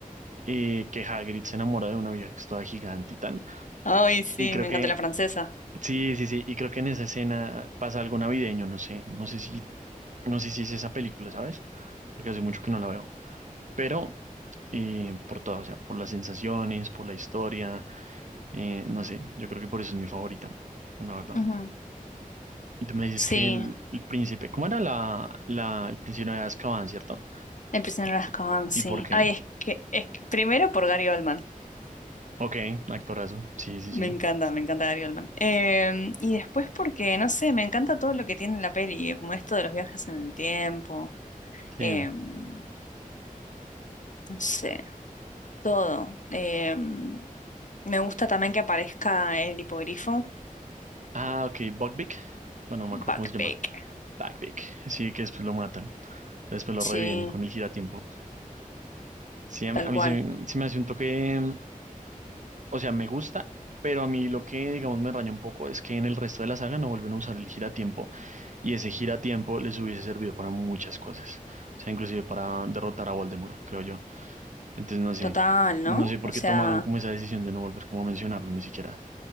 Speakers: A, on the right (about 60°); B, on the left (about 60°).
A: eh, que Hagrid se enamora de una vieja que es toda gigante y tal.
B: Ay, sí,
A: Y creo
B: me
A: que,
B: encanta la francesa.
A: sí, sí, sí, y creo que en esa escena pasa algo navideño, no sé, no sé si, no sé si es esa película, ¿sabes? Porque hace mucho que no la veo. Pero eh, por todo, o sea, por las sensaciones, por la historia, eh, no sé, yo creo que por eso es mi favorita, la verdad.
B: Ujú,
A: Y tú me dices
B: Sí,
A: que el, el príncipe, ¿cómo era la, la, el príncipe de Azkaban, ¿cierto?
B: Empiezan las Azkaban, sí.
A: ¿Y por qué?
B: Ay, es que, es que- primero por Gary Oldman.
A: Ok, actorazo. Sí, sí,
B: Me
A: sí.
B: encanta, me encanta Gary Oldman. Em, y después porque, no sé, me encanta todo lo que tiene la peli, eh, como esto de los viajes en el tiempo,
A: ¿Quién?
B: em, no sé, todo. Em, me gusta también que aparezca el hipogrifo,
A: Ah, ok, Buckbeak. Bueno, no me acuerdo
B: Backpack.
A: cómo se llama. Buckbeak. Sí, que después lo matan. Después lo
B: Sí,
A: reviven con el giratiempo. Sí, a
B: tal
A: mí, a
B: cual.
A: mí se, se me hace un toque, mm, o sea, me gusta, pero a mí lo que, digamos, me raya un poco es que en el resto de la saga no vuelven a usar el giratiempo y ese giratiempo les hubiese servido para muchas cosas, o sea, inclusive para derrotar a Voldemort, creo yo. Entonces, no sé,
B: Total,
A: no
B: ¿no?
A: sé por
B: O
A: qué
B: sea,
A: tomaron como esa decisión de no volver como a mencionarlo ni siquiera.